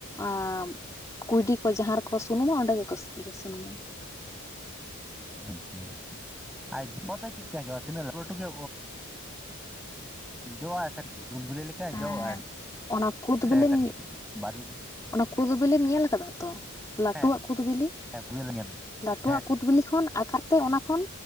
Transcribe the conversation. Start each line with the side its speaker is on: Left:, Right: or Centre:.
Left: ᱟ ᱠᱩᱭᱰᱤ ᱠᱚ ᱡᱟᱦᱟᱸ ᱨᱮᱠᱚ ᱥᱩᱱᱩᱢᱟ ᱚᱸᱰᱮ ᱜᱮᱠᱚ ᱤᱭᱟᱹ ᱥᱩᱱᱩᱢᱟ᱾
Centre: ᱟᱪᱪᱷᱟ ᱟᱨ ᱡᱚ ᱛᱚ ᱪᱮᱫᱠᱟ ᱡᱚᱜᱼᱟ ᱛᱤᱱᱟᱹᱜ ᱞᱟᱹᱴᱩ ᱞᱟᱹᱴᱩ ᱜᱮ ᱡᱚᱼᱟ ᱩᱞ ᱵᱩᱞᱤ ᱞᱮᱠᱟ ᱡᱚᱜᱟ
Left: ᱟᱨ ᱚᱱᱟ ᱠᱩᱫ
Centre: ᱥᱮ
Left: ᱵᱤᱞᱤᱢ
Centre: ᱠᱟᱹᱴᱤᱡ ᱠᱟᱹᱴᱤᱡ ᱜᱮ ᱵᱟᱹᱨᱩ ᱫᱚ
Left: ᱚᱱᱟ ᱠᱩᱫ ᱵᱤᱞᱤᱢ ᱧᱮᱞ ᱟᱠᱟᱫᱟ ᱛᱚ ᱞᱟᱹᱴᱩᱣᱟᱜ
Centre: ᱦᱮᱸ
Left: ᱠᱩᱫ ᱵᱤᱞᱤ
Centre: ᱦᱮᱸ ᱠᱩᱭᱟᱹᱞᱮ ᱧᱮᱞ ᱠᱟᱫᱟ
Left: ᱞᱟᱹᱴᱩᱣᱟᱜ
Centre: ᱦᱮᱸ
Left: ᱠᱩᱫ ᱠᱩᱫ ᱵᱤᱞᱤ ᱠᱷᱚᱱ ᱟᱠᱟᱨ ᱛᱮ ᱚᱱᱟ ᱠᱷᱚᱱ